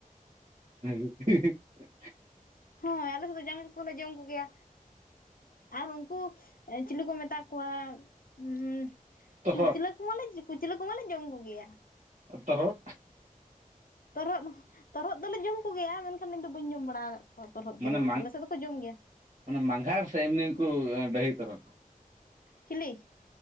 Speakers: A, on the right; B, on the left.
A: <unintelligible>
B: ᱦᱳᱭ ᱟᱞᱮ ᱥᱮᱫ ᱫᱚ <unintelligible> ᱠᱚᱦᱞᱮ ᱡᱚᱢ ᱠᱚᱜᱮᱭᱟ ᱟᱨ ᱩᱱᱠᱩ ᱪᱤᱞᱤ ᱠᱚ ᱢᱮᱛᱟ ᱠᱚᱣᱟ ᱩᱸ
A: ᱛᱚᱨᱦᱚᱫ
B: ᱠᱩᱪᱞᱟᱹ ᱠᱚ ᱢᱟᱞᱮ ᱠᱩᱪᱞᱟᱹ ᱠᱚᱢᱟᱞᱮ ᱡᱚᱢ ᱠᱚᱜᱮᱭᱟ
A: ᱛᱚᱨᱦᱚᱫ
B: ᱛᱚᱨᱦᱚᱫ ᱛᱚᱨᱦᱚᱫ ᱫᱚᱞᱮ ᱡᱚᱢ ᱠᱚᱜᱮᱭᱟ ᱢᱮᱱ ᱠᱷᱟᱱ ᱤᱧᱫᱚ ᱵᱟᱹᱧ ᱡᱚᱢ ᱵᱟᱲᱟ ᱟᱠᱟᱫ ᱠᱚᱣᱟ ᱛᱚᱨᱦᱚᱫ
A: ᱢᱟᱱᱮ
B: ᱡᱤᱞ ᱟᱞᱮ
A: ᱢᱟᱱᱮ
B: ᱥᱮᱫ ᱫᱚᱠᱚ ᱡᱚᱢ ᱜᱮᱭᱟ
A: ᱢᱟᱱᱮ ᱢᱟᱜᱷᱟᱲ ᱥᱮ ᱮᱢᱱᱤ ᱠᱚ ᱰᱟᱹᱦᱤ ᱛᱚᱨᱦᱚᱫ
B: ᱪᱤᱞᱤ?